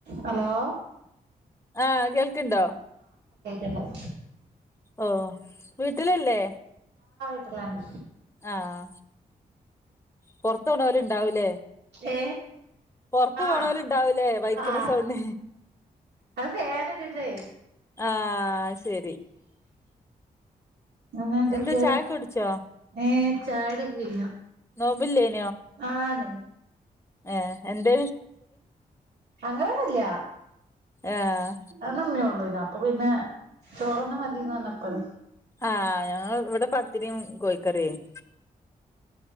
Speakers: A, on the right (about 85°); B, on the left (about 15°).
A: Hello
B: ആഹ കേൾക്കണ്ടോ
A: എന്ന
B: ഓ വീട്ടിലല്ലേ
A: അലാണ്
B: ആഹ പൊറത്തണ പോല ഇണ്ടാവൂലേ
A: ഏ
B: പൊറത്ത്
A: ആ
B: പോണോൽ ഇണ്ടാവൂലേ ബൈക്കിന്
A: ആ
B: സൗണ്ട്..
A: അത് ഫാനിട്ടിട്ടേ
B: ആഹ ശരി
A: അ എന്തൊക്കെയ
B: എന്താ ചായൊക്കെ കുടിച്ചോ
A: ഏ ചായ കുടി കഴഞ്ഞു
B: നോമ്പില്ലേ?
A: ആണെ
B: ഏ എന്ത്
A: അങ്ങനെന്നല്ല
B: ആഹ്
A: അത്മ്മേ ഉള്ളു ഇപ്പ അപ്പൊ പിന്നെ ചോറന്നെ മതീന്നർപ്പൾ
B: ആഹ് ഞങ്ങ ഇവിടെ പത്തിരിം കോഴിക്കറിയേയ്ന്.